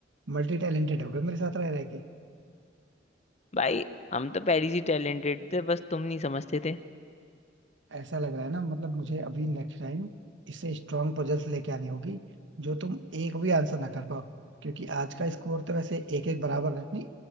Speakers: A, on the right; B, on the left.
A: मल्टी टैलेंटेड हो गए मेरे साथ रह रहे के।
B: भाई हम तो पहले से टैलेंटेड थे बस तुम नहीं समझते थे
A: ऐसा लग रहा है ना मतलब मुझे अभी नेक्स्ट टाइम इससे स्ट्रांग पजल्स लेके आनी होगी जो तुम एक भी आंसर ना कर पाओ क्योंकि आज का स्कोर तो वैसे एक एक बराबर है नहीं